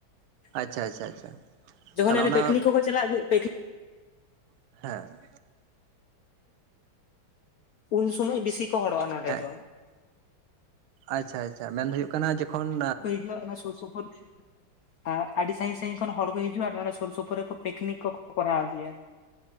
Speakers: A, on the left; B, on the right.
A: <unintelligible>
B: ᱟᱪᱪᱷᱟ ᱟᱪᱪᱷᱟ ᱟᱪᱪᱷᱟ
A: ᱡᱚᱠᱷᱚᱱ
B: ᱛᱟᱦᱚᱞᱮ
A: <unintelligible>
B: ᱚᱱᱟ
A: ᱯᱤᱠᱱᱤᱠ ᱠᱚᱠᱚ ᱪᱟᱞᱟᱜ ᱜᱮ <unintelligible>
B: ᱦᱮᱸ᱾
A: ᱩᱱ ᱥᱚᱢᱚᱭ ᱵᱮᱥᱤ ᱠᱚ ᱦᱚᱲᱚᱜᱼᱟ ᱱᱚᱰᱮ
B: ᱦᱮᱸ
A: ᱫᱚ᱾
B: ᱟᱪᱪᱷᱟ ᱟᱪᱪᱷᱟ᱾ ᱢᱮᱱ ᱫᱚ ᱦᱩᱭᱩᱜ ᱠᱟᱱᱟ ᱡᱚᱠᱷᱚᱱ
A: ᱦᱳᱭ ᱚᱱᱟ ᱥᱩᱨ ᱥᱩᱯᱩᱨ ᱟᱨ ᱟᱹᱰᱤ ᱥᱟᱹᱜᱤᱧ ᱥᱟᱹᱜᱤᱧ ᱠᱷᱚᱱᱟᱜ ᱦᱚᱲ ᱠᱚ ᱦᱤᱡᱩᱜ-ᱟ ᱟᱨ ᱱᱚᱰᱮ ᱥᱩᱨ ᱥᱩᱯᱩᱨ ᱨᱮ ᱠᱚ ᱯᱤᱠᱱᱤᱠ ᱠᱚ ᱠᱚᱨᱟᱣ ᱜᱮᱭᱟ᱾